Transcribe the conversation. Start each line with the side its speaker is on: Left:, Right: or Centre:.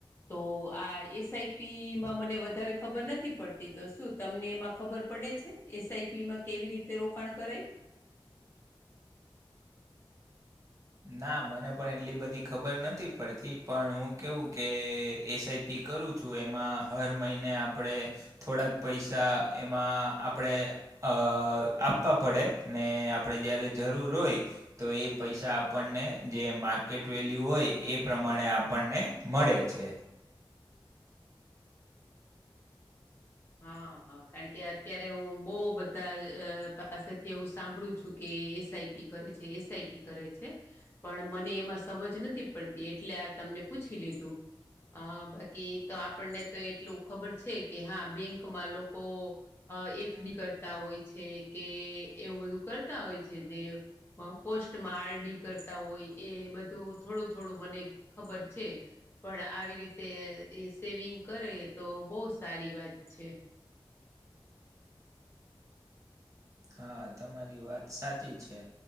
Left: તો આ એસઆઈપી. માં મને વધારે ખબર નથી પડતી તો શું તમને એમાં ખબર પડે છે એસઆઈપીમાં કેવી રીતે. તે રોકાણ કરે.
Right: ના મને પણ એટલી બધી ખબર નથી પડતી પણ હું કેવું કે એસઆઈ. પી કરું છું એમાં હર મહિને આપણે. થોડાક પૈસા એમાં આપણે. અ આપા પડે ને આપળે જ્યારે જરૂર હોય તો એ પૈસા. આપણને જે માર્કેટ વેલ્યુ હોય એ પ્રમાણે આપણને મળે છે.
Left: હ હ કાન કે અત્યારે હું બો બધા અ પાસેથી એવું સાંભળું. ચુ કે એસ આઈ પી કરે છે એસ આઈ પી કરે છે પણ મને એમાં સમજ નથી. પળતી એટલે આ તમને પૂછી લીધું. અ બાકી તો આપણને તો એટલું ખબર છે કે હા બેંકમાં લોકો. અ એફ ડી કરતા હોય છે કે એવું બધું કરતા હોય છે દેવ. હ પોસ્ટમાં આર ડી કરતા હોય એ બધું થોડું થોડું મને ખબર છે. પણ આવી રીતે એ સેવિંગ કરે તો બો સારી વાત છે.
Right: હા તમારી વાત સાચી છે.